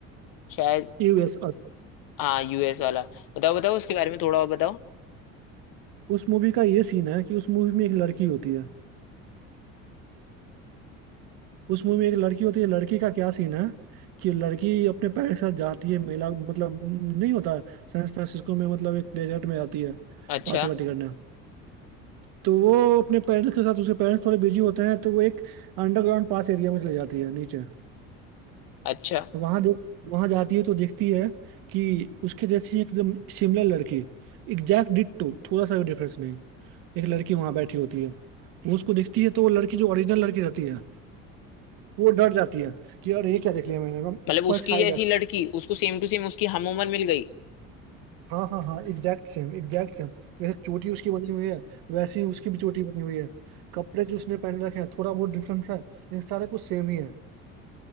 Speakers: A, on the left; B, on the right.
A: शायद
B: US Us
A: हाँ यूएस वाला बताओ बताओ उसके बारे में थोड़ा और बताओ
B: उस मूवी का ये सीन है कि उस मूवी में एक लड़की होती है उस मूवी में एक लड़की होती है लड़की का क्या सीन है कि लड़की अपने पैर के साथ जाती है मेला मतलब नहीं होता सैन फ्रांसिस्को में मतलब एक डेजर्ट में जाती है
A: अच्छा
B: पार्टी वार्टी करने तो वो अपने पेरेंट्स के साथ उसके पेरेंट्स थोड़े बिजी होते हैं तो वो एक अंडरग्राउंड पास एरिया में चले जाती है नीचे
A: अच्छा
B: वहां देख वहां जाती है तो देखती है कि उसके जैसी एकदम सिमिलर लड़की एग्जैक्ट डिट्टो थोड़ा सा भी डिफरेंस नहीं एक लड़की वहां बैठी होती है वो उसको देखती है तो वो लड़की जो ओरिजिनल लड़की रहती है वो डर जाती है कि यार ये क्या देख लिया मैंने ना
A: मतलब
B: पर
A: उसकी
B: छाई
A: जैसी लड़की उसको सेम टू सेम उसकी हम उम्र मिल गई
B: हाँ हाँ हाँ एग्जैक्ट सेम एग्जैक्ट सेम जैसे चोटी उसकी बनी हुई है वैसे ही उसकी भी चोटी बनी हुई है कपड़े जो उसने पहन रखे हैं थोड़ा बहुत डिफरेंस है लेकिन सारा कुछ सेम ही है